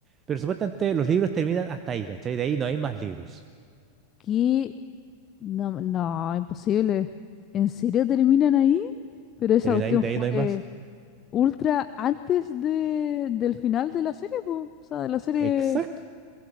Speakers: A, on the right; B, on the left.
A: Pero supuestamente los libros terminan hasta ahí, ¿cachai? De ahí no hay más libros.
B: ¿Qué? No, no, imposible. ¿En serio terminan ahí? Pero esa
A: Termina
B: cuestión
A: ahí, de
B: fue...
A: ahí no hay más.
B: ultra antes de, del final de la serie, po. O sea, de la serie.
A: Exacto,